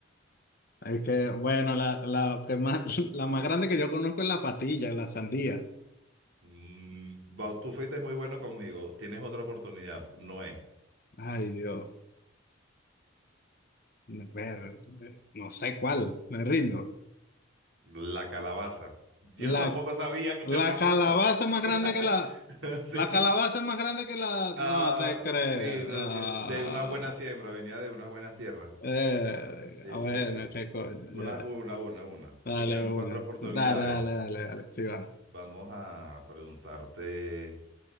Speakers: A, on the left; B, on the right.
A: Es que, bueno, la, la, que más, <laughs> la más grande que yo conozco es la patilla, la sandía.
B: Mm, va- tú fuiste muy bueno conmigo. Tienes otra oportunidad, no es.
A: Ay, Dios. Ver- No sé cuál, me rindo.
B: La calabaza. Yo
A: La,
B: <laughs> tampoco sabía que
A: la
B: era una
A: calabaza
B: fruta.
A: más grande
B: <laughs>
A: que la,
B: Sí.
A: La calabaza es más grande que la... No
B: Ah,
A: te creo.
B: sí, de,
A: Ah,
B: de- de una buena siembra, venía de unas buenas tierras.
A: eh,
B: Sí,
A: ah, bueno,
B: sí, sí.
A: qué coño.
B: Una,
A: ya.
B: una, una, una.
A: Dale
B: Te quedan
A: una.
B: cuatro oportunidades.
A: Dale, dale, dale, dale. Sí va.
B: Vamos a preguntarte.